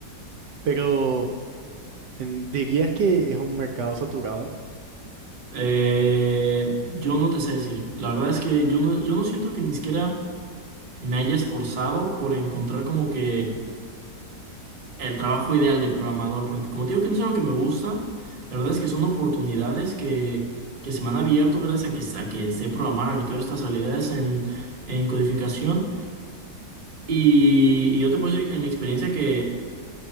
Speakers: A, on the right; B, on the right.
A: pero en- ¿dirías que es un mercado saturado?
B: Eh, yo no te sé decir. La verdad es que yo no, yo no siento que ni siquiera me haya esforzado por encontrar como que el trabajo ideal de programador, porque como te digo que no es algo que me gusta, la verdad es que son oportunidades que, que se me han abierto gracias a que, a que sé programar, a que tengo estas habilidades en, en codificación. Y, y yo te puedo decir en mi experiencia que,